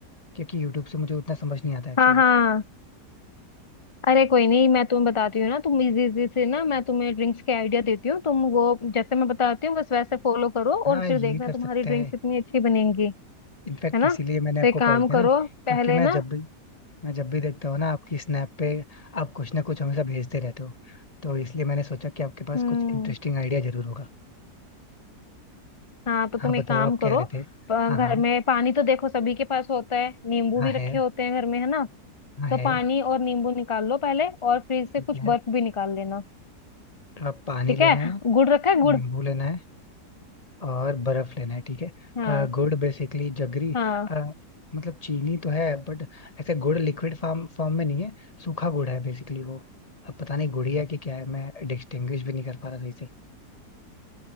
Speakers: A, on the left; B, on the left.
A: क्योंकि यूट्यूब से मुझे उतना समझ नहीं आता एक्चुअली
B: हाँ हाँ अरे कोई नहीं मैं तुम्हें बताती हूँ ना तुम इजी इजी से ना मैं तुम्हें ड्रिंक्स के आइडिया देती हूँ तुम वो जैसे मैं बताती हूँ बस वैसे फॉलो करो
A: हाँ
B: और फिर
A: ये
B: देखना
A: कर सकते
B: तुम्हारी ड्रिंक्स
A: हैं
B: कितनी अच्छी बनेंगी
A: इनफैक्ट
B: है ना
A: इसीलिए मैंने आपको
B: तो एक काम
A: कॉल किया ना
B: करो पहले
A: क्योंकि मैं
B: ना
A: जब भी मैं जब भी देखता हूँ ना आपकी स्नैप पे आप कुछ ना कुछ हमेशा भेजते रहते हो तो इसलिए मैंने सोचा कि आपके पास
B: हम्म
A: कुछ इंटरेस्टिंग आइडिया जरूर होगा
B: हाँ तो
A: हाँ
B: तुम
A: बताओ
B: एक काम
A: आप
B: करो
A: कह रहे थे
B: प-
A: हाँ हाँ
B: घर में पानी तो देखो सभी के पास होता है नींबू
A: हाँ
B: भी रखे
A: है
B: होते हैं घर में है ना
A: हाँ
B: तो
A: है
B: पानी और नींबू निकाल लो पहले और फ्रिज से
A: ठीक
B: कुछ बर्फ
A: है
B: भी निकाल लेना
A: तो आप पानी
B: ठीक
A: लेना
B: है
A: है
B: गुड़ रखा है गुड़
A: नींबू लेना है और बर्फ लेना है ठीक है
B: हाँ
A: अ, गुड़ बेसिकली जगरी
B: हाँ
A: अ, मतलब चीनी तो है बट ऐसे गुड़ लिक्विड फॉर्म फॉर्म में नहीं है सूखा गुड़ है बेसिकली वो अब पता नहीं गुड़िया की क्या है मैं डिस्टिंग्विश भी नहीं कर पा रहा सही से